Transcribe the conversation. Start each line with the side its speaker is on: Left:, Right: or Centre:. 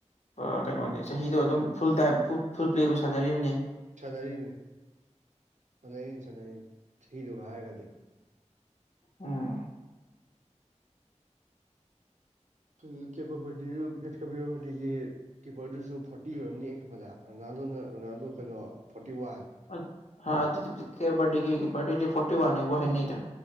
Left: ꯑ ꯀꯩꯅꯣꯅꯦ ꯆꯍꯤꯗꯣ ꯑꯗꯨꯝ ꯐꯨꯜ ꯇꯥꯏꯝ ꯐꯨꯜ ꯄ꯭ꯂꯦꯕꯨ ꯁꯥꯟꯅꯔꯤꯕꯅꯦ
Right: ꯁꯥꯟꯅꯔꯤꯕꯅꯤ ꯁꯥꯟꯅꯔꯤ ꯁꯥꯟꯅꯔꯤꯅꯤ ꯆꯍꯤꯗꯨꯒ ꯍꯥꯏꯔꯒꯗꯤ
Left: ꯎꯝ
Right: ꯀꯤ ꯀꯦꯞꯄꯕꯗꯨꯂꯨꯞ <unintelligible> ꯑꯗꯤꯒꯤ ꯀꯤꯞꯄꯔꯗꯨꯁꯨ ꯐꯣꯔꯇꯤ ꯑꯣꯏꯔꯝꯅꯤ ꯑꯩ ꯈꯟꯕꯗ ꯔꯣꯅꯥꯜꯗꯣꯅ ꯔꯣꯅꯥꯜꯗꯣ ꯀꯩꯅꯣ ꯐꯣꯔꯇꯤ ꯋꯥꯟ
Left: ꯑꯠ
Right: ꯀꯣ
Left: ꯑꯥ ꯑꯗꯨꯗꯤ <unintelligible> ꯀꯤꯞꯄꯔꯗꯨꯗꯤ ꯐꯣꯔꯇꯤ ꯋꯥꯟꯅꯦꯕꯨ ꯍꯥꯏꯅꯩꯗꯥ